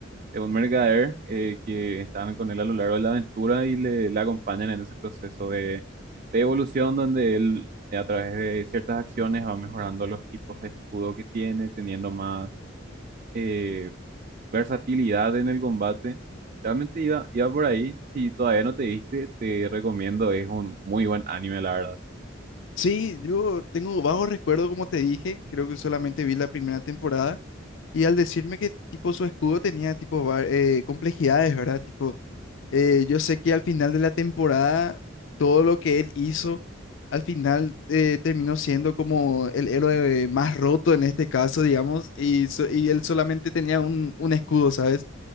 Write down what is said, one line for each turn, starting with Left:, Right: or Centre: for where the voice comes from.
Right: de un mercader eh, que estaban con él a lo largo de la aventura y le, le acompañan en ese proceso de, de evolución donde él eh, a través de ciertas acciones va mejorando los tipos de escudo que tiene, teniendo más eh, versatilidad en el combate. Realmente iba, iba por ahí. Si todavía no te viste, te recomiendo. Es un muy buen anime, la verdad.
Left: sí, yo tengo bajo recuerdo, como te dije, creo que solamente vi la primera temporada y al decirme que tipo su escudo tenía tipo va- eh, complejidades, ¿verdad? Tipo, eh, yo sé que al final de la temporada, todo lo que él hizo... Al final eh, terminó siendo como el héroe más roto en este caso, digamos, y, so- y él solamente tenía un, un escudo, ¿sabes?